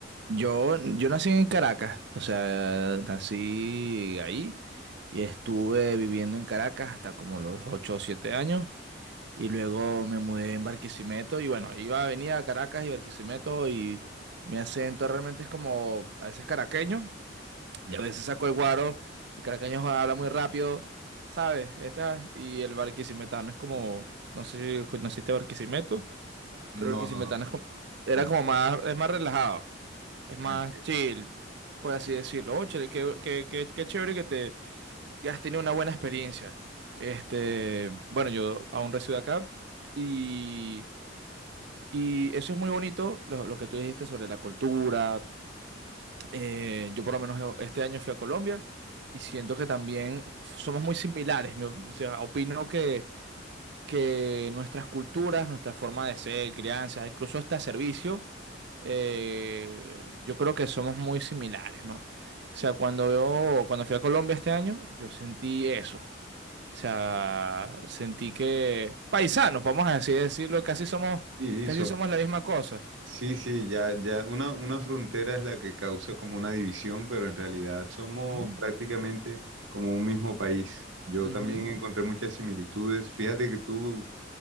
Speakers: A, on the right; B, on the right.
A: Yo, yo nací en Caracas, o sea, nací ahí y estuve viviendo en Caracas hasta como los 8 o 7 años y luego me mudé en Barquisimeto y bueno, iba, venía a Caracas y Barquisimeto y mi acento realmente es como a veces caraqueño y
B: Mm.
A: a veces saco el guaro, el caraqueño habla muy rápido, ¿sabes? Esta, y el barquisimetano es como, no sé si naciste Barquisimeto,
B: No,
A: pero el barquisimetano
B: no, no.
A: es como- era
B: no.
A: como más, es más relajado. Es más
B: Ok.
A: chill, por así decirlo. Oh, chévere, qué, qué- qué- qué chévere que te que has tenido una buena experiencia. Este, bueno, yo aún resido acá y, y eso es muy bonito, lo, lo que tú dijiste sobre la cultura. Eh, yo por lo menos este año fui a Colombia y siento que también somos muy similares. Me- o sea, opino que, que nuestras culturas, nuestra forma de ser, crianza, incluso hasta servicio eh, yo creo que somos muy similares, ¿no? O sea, cuando veo, cuando fui a Colombia este año, yo sentí eso. O sea, sentí que paisanos, vamos a decir, decirlo, casi somos,
B: Y,
A: casi
B: y son
A: somos la misma cosa.
B: Sí, sí, ya, ya una, una frontera es la que causa como una división, pero en realidad somos
A: Ujú.
B: prácticamente como un mismo país. Yo
A: Ujú,
B: también encontré muchas similitudes. Fíjate que tú